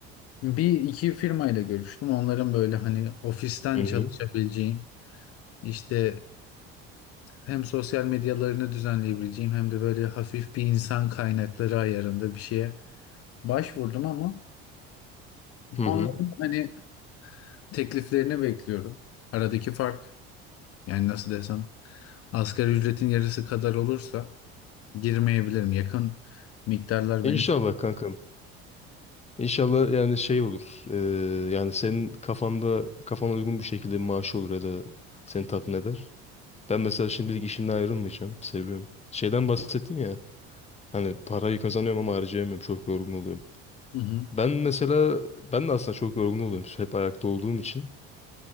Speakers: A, on the left (about 55°); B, on the left (about 20°).
A: Bir iki firmayla görüştüm. Onların böyle hani ofisten
B: Hı hı.
A: çalışabileceğim işte hem sosyal medyalarını düzenleyebileceğim hem de böyle hafif bir insan kaynakları ayarında bir şeye başvurdum ama
B: Hı hı.
A: onların hani tekliflerini bekliyorum. Aradaki fark yani nasıl desem asgari ücretin yarısı kadar olursa girmeyebilirim. Yakın miktarlar
B: İnşallah
A: beni tam.
B: kankam. İnşallah yani şey olur. Ee, yani senin kafanda kafana uygun bir şekilde bir maaşı olur ya da seni tatmin eder. Ben mesela şimdilik işimden ayrılmayacağım. Seviyorum. Şeyden bahsettin ya. Hani parayı kazanıyorum ama harcayamıyorum. Çok yorgun oluyorum.
A: Hı hı.
B: Ben mesela ben de aslında çok yorgun oluyorum. Hep ayakta olduğum için.